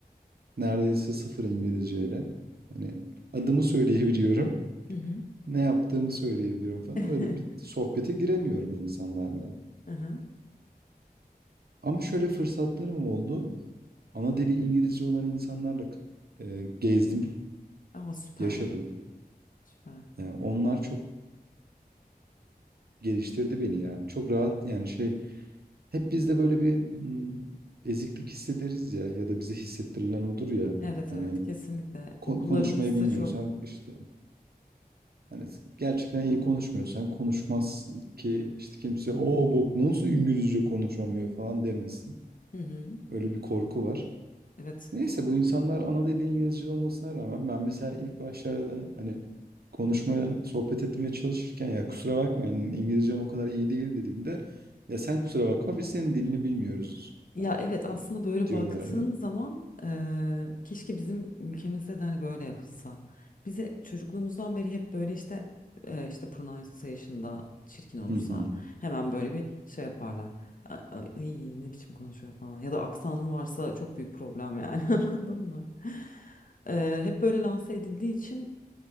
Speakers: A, on the right (about 70°); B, on the left (about 55°).
A: Neredeyse sıfır İngilizceyle. Hani adımı söyleyebiliyorum.
B: Hı hı.
A: Ne yaptığımı söyleyebiliyorum falan.
B: <laughs>
A: Öyle bir sohbete giremiyorum insanlarla.
B: Hı hı.
A: Ama şöyle fırsatlarım oldu. Ana dili İngilizce olan insanlarla e, gezdim,
B: Ama süper.
A: yaşadım.
B: Süper.
A: E, onlar çok Geliştirdi beni ya. Çok rahat yani şey hep bizde böyle bir mm, eziklik hissederiz ya ya da bize hissettirilen odur ya.
B: Evet
A: Hani
B: evet kesinlikle
A: ko-
B: okullarımızda
A: konuşmayı bilmiyorsan
B: çok.
A: işte hani gerçekten iyi konuşmuyorsan konuşmazsın ki işte kimse o bok nasıl İngilizce konuşamıyor falan demesin.
B: Hı hı.
A: Öyle bir korku var.
B: Evet
A: Neyse bu insanlar ana dili İngilizce olmasına rağmen ben mesela ilk başlarda hani konuşmaya, sohbet etmeye çalışırken ya kusura bakma yani İngilizcem o kadar iyi değil dediğimde ya sen kusura bakma biz senin dilini bilmiyoruz
B: Ya
A: yani
B: evet aslında böyle
A: diyorlardı.
B: baktığın zaman eee, keşke bizim ülkemizde de hani böyle yapılsa. Bize çocukluğumuzdan beri hep böyle işte eee, işte pronunciation'da çirkin olursa
A: Hı hı.
B: hemen böyle bir şey yaparlar. A- a- Ay, ne biçim konuşuyor falan. Ya da aksanın varsa çok büyük problem yani <laughs> anladın mı? Eee, hep böyle lanse edildiği için